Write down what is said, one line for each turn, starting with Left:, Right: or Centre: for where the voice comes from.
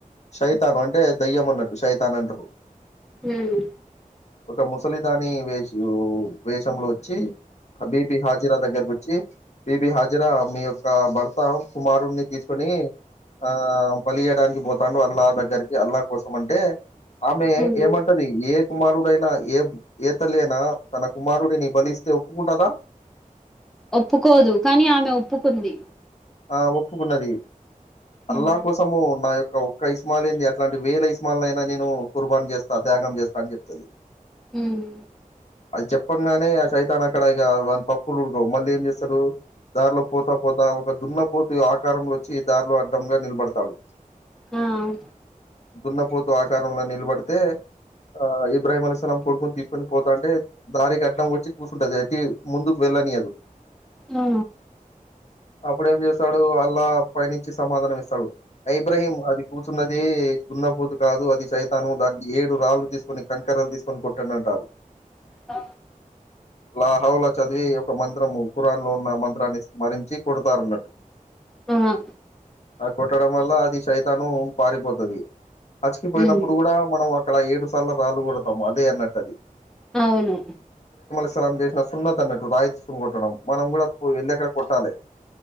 Left: సైతాను అంటే దయ్యం అన్నట్టు శైతాన్ అంటరు
Centre: ఉమ్
Left: ఒక ముసలిదాని వేష్ వేషంలో వచ్చి బీబీ హాజరా దగ్గరకు వచ్చి బీబి హాజీరా మీ యొక్క భర్త కుమారుడిని తీసుకొని ఆ బలి చేయడానికి పోతాండు అ అల్లా దగ్గరికి అల్లాహ కోసం అంటే ఆమె
Centre: ఉమ్
Left: ఏమంటది ఏ కుమారుడైనా ఏ ఏ తల్లి అయినా తన కుమారుడిని బలిస్తే ఒప్పుకుంటదా
Centre: ఒప్పుకోదు కానీ ఆమె ఒప్పుకుంది
Left: ఆ ఒప్పుకున్నది అల్లా
Centre: ఉమ్
Left: కోసము నా యొక్ ఒక్క ఇస్మాయిల్ ఏంది అట్లాంటి వేల ఇస్మాయిల్ అయినా నేను కుర్బాన్ చేస్తా త్యాగం చేస్తా అని చెప్తది
Centre: హ్మ్
Left: అది చెప్పంగానే ఆ షైతాన్ని అక్కడ ఇక దాని పప్పులు ఉడకవు మళ్ళీ ఏం చేస్తరు దారిలోకి పోతా పోతా ఒక దున్నపోతు ఆకారంలో వచ్చి ఈ దారిలో అడ్డంగా నిలబడతాడు
Centre: హ్మ్
Left: దున్నపోతు ఆకారంలో నిలబడితే ఆ ఇబ్రాహీం అలైహిస్సాలాం కొడుకుని తీసుకొని పోతాంటే దారికి అడ్డం వచ్చి కూర్చంటది అటి ముందుకు వెళ్ళనీయదు
Centre: ఆ
Left: అప్పుడేం చేస్తాడు అల్లా పైనుంచి సమాధానం ఇస్తాడు. ఐ ఇబ్రహీం అది కూర్చున్నది దున్నపోతు కాదు అది సైతాను దాన్ని ఏడు రాళ్ళు తీసుకొని కంకరలు తీసుకొని కొట్టండి అంటారు
Centre: ఆ
Left: లాహౌలా చదివి ఒక మంత్రము ఖురాన్ లో ఉన్న మంత్రాన్ని స్మరించి కొడతారన్నట్టు
Centre: హ్మ్
Left: ఆ కొట్టడం వల్ల అది సైతాను పారిపోతది హజ్ కిపోయినప్పుడు
Centre: ఉమ్
Left: కూడా మనం అక్కడ ఏడు సార్లు రాలు కొడతాము అదే అన్నట్టు అది
Centre: అవును
Left: ఈసారి ఆమె చేసిన ఫుల్ అతన్నట్టు రాయి తీసుకొని కొట్టడం మనం కూడా పో ఏంది ఎక్కడ కొట్టాలి